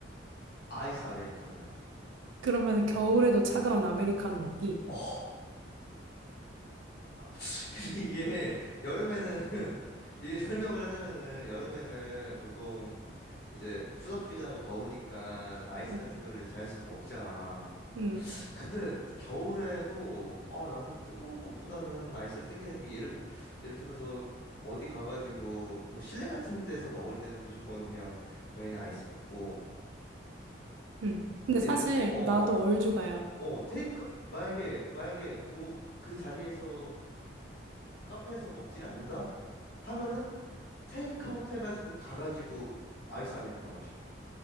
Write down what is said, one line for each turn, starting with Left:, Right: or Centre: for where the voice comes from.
Left: 아이스 아메리카노야.
Right: 그러면 겨울에도 차가운 아메리카노 먹기.
Left: 어. <laughs> 근데 이게 여름에는 <laughs> 이게 설명을 하자면은 여름에는 보통 이제 후덥지근하고 더우니까 아이스
Right: 음.
Left: 같은 거를 자연스럽게 먹잖아.
Right: 음.
Left: 근데 겨울에도 아 나는 뜨거운 것보다는 아이스를 땡기는 게 예를 예를 들어서 어디 가가지고 뭐 실내 같은 데서 먹을 때는 무조건 그냥 당연히 아이스 먹고
Right: 음. 근데
Left: 예를
Right: 사실
Left: 어
Right: 나도 얼죽아야.
Left: 어 테이크 만약에 만약에 뭐 그 자리에서 카페에서 먹질 않는다? 하면은 테이크아웃 해가지고 가가지고 아이스 아메리카노 마셔.